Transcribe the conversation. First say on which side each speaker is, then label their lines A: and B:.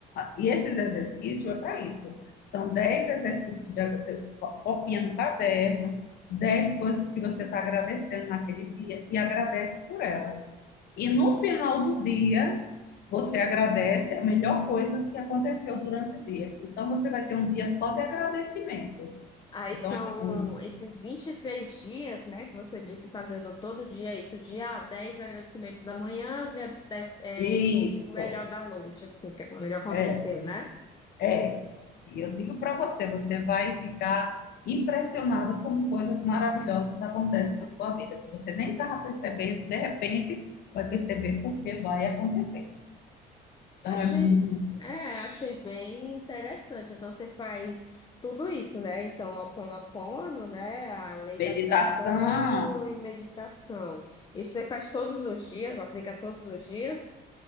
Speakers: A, on the left; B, on the left.
A: E esses exercícios é para isso. São 10 exercícios de você copia no caderno, 10 coisas que você está agradecendo naquele dia e agradece por ela. E no final do dia, você agradece a melhor coisa que aconteceu durante o dia. Então, você vai ter um dia só de agradecimento.
B: Aí
A: Então,
B: são
A: é um-
B: esses 23 dias, né, que você disse fazendo todo dia isso, dia dez 10 agradecimentos da manhã, dia 10 é,
A: isso,
B: e o melhor da noite, assim, que é o melhor aconteceu,
A: é,
B: né?
A: é. E eu digo para você, você vai ficar impressionado como coisas maravilhosas acontecem na sua vida, que você nem estava percebendo, de repente vai perceber porque vai acontecer. Então,
B: Achei,
A: é muito.
B: é, achei bem interessante. Então você faz tudo isso, né? Então, Ho'oponopono, né, a lei
A: Meditação
B: da atração e meditação. Isso você faz todos os dias, aplica todos os dias?